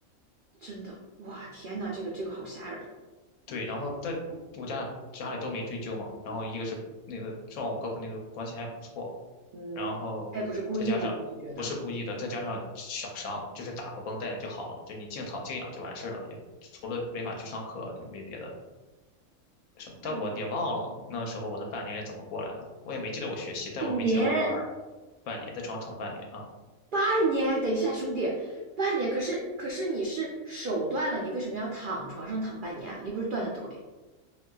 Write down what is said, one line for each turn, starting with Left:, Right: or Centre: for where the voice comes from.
Right: 真的，哇，天呐，这个这个好吓人，
Left: 对，然后但我家家里都没追究嘛，然后一个是那个撞我胳膊那个关系还不错，
Right: 嗯，
Left: 然后再加上不是故意的，
Right: 他也不是故意的，你是觉得
Left: 再加上小伤，就是打个绷带就好了，就你静躺静养就完事儿了，也除了没法去上课也没别的什么。但我也忘了那时候我那半年是怎么过来的，
Right: 那你
Left: 我也没记得我学习，但我没记得我玩儿
Right: 年。
Left: 半年，在床上躺了半年啊。
Right: 半年，等一下，兄弟，半年，可是可是你是手断了，你为什么要躺床上躺半年啊？你不是断了腿？